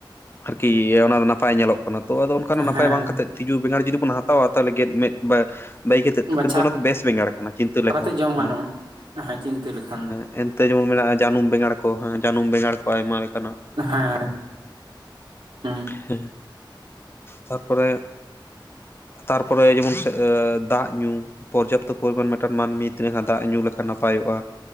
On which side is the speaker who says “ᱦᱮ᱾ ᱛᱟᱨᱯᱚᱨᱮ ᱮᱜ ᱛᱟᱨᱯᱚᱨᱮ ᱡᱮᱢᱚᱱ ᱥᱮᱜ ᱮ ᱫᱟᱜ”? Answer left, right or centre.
Left